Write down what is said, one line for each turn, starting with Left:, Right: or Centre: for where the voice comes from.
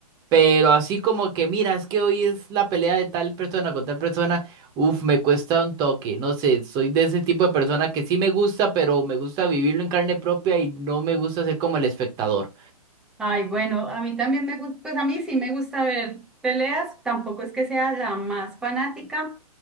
Right: pero así como que, mira, es que hoy es la pelea de tal persona con tal persona, uff, me cuesta un toque, no sé, soy de ese tipo de persona que sí me gusta, pero me gusta vivirlo en carne propia y no me gusta ser como el espectador.
Centre: Ay, bueno, a mí también me gusta, pues a mí sí me gusta ver peleas, tampoco es que sea la más fanática,